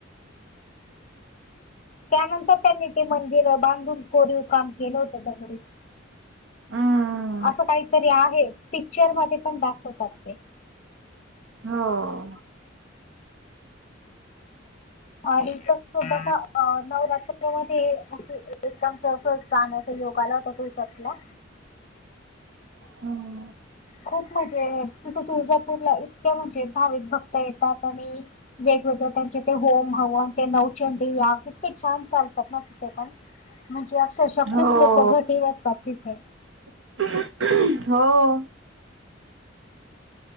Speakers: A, on the left (about 40°); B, on the right (about 70°).
A: त्यानंतर त्यांनी ते मंदिर बांधून कोरीव काम केलं होत दगडी.
B: हम्म.
A: असं काहीतरी आहे पिक्चर मध्ये पण दाखवतात ते.
B: हो.
A: <unintelligible> जाण्याचा योग आला होता तुळजापुरला.
B: हम्म.
A: खूप म्हणजे तिथं तुळजापूरला इतक्या म्हणजे भाविक भक्त येतात आणि वेगवेगळे त्यांचे ते होम हवन ते नवचंडी याग किती छान चालतात ना तिथे पण. म्हणजे अक्षरशः खूप
B: हो
A: लोक घटीव असतात तिथे.
B: <unintelligible> हो